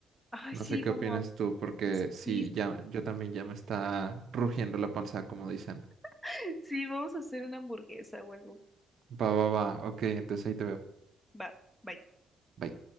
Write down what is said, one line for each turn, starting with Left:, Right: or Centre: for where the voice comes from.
Centre: Ay,
Right: No
Centre: sí,
Right: sé qué
Centre: vamos.
Right: opinas tú, porque sí,
Centre: Sí,
Right: ya, yo también ya me está rugiendo la panza, como dicen.
Centre: <laughs> sí, vamos a hacer una hamburguesa o algo.
Right: Va, va, va, ok, entonces ahí te veo.
Centre: Va, bye.
Right: Bye.